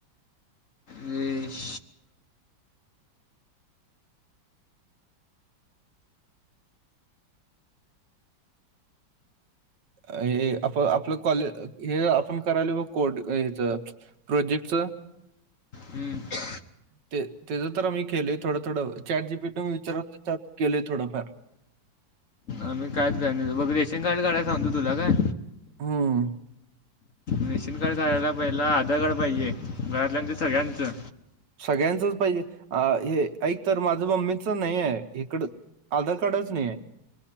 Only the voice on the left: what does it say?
वेश.
हम्म.
आम्ही काय प्लॅन बघ. रेशन कार्ड काढायं सांगतो तुला काय.
रेशन कार्ड काढायला पहिला, आधार कार्ड पाहिजे घरातल्या सगळ्यांचं.